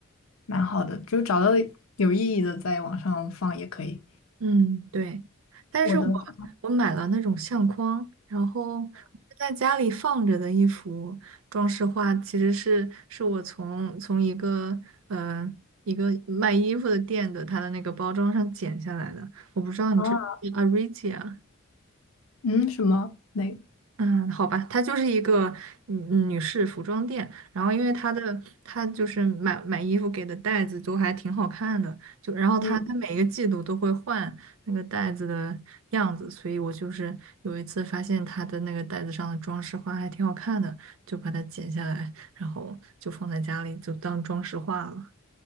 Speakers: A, on the left (about 85°); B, on the right (about 70°).
A: 蛮好的，就找到有意义的在网上放也可以。
B: 嗯，对。但是我
A: 我的话
B: 我买了那种相框，然后我是在家里放着的一幅装饰画，其实是是我从从一个呃一个卖衣服的店的它的那个包装上剪下来的。我不知道你这不知道
A: 啊，
B: a r i t i a
A: 嗯，什么？那，
B: 嗯，好吧，它就是一个嗯嗯女士服装店，然后因为它的它就是买买衣服给的袋子都还挺好看的，就然后它它每个季度都会换那个袋子的样子，
A: 嗯
B: 所以我就是有一次发现它的那个袋子上的装饰画还挺好看的，就把它剪下来，然后就放在家里就当装饰画了。